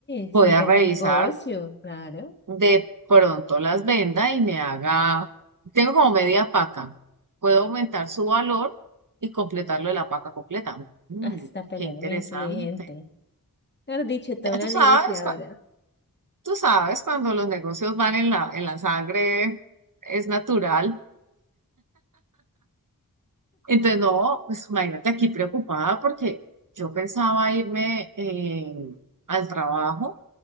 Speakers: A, on the right (about 60°); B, on the left (about 30°).
A: voy
B: es un
A: a
B: buen
A: revisar.
B: negocio, claro.
A: de pronto las venda y me haga, tengo como media paca, puedo aumentar su valor y completarlo de la paca completa. Mm,
B: Hasta pelea
A: qué interesante.
B: muy inteligente. Mejor dicho, toda
A: Ya
B: una
A: tú
B: negociadora.
A: sabes, cua- tú sabes cuando los negocios van en la, en la sangre, es natural. Entonces, no, pues imagínate aquí preocupada porque yo pensaba irme eh, al trabajo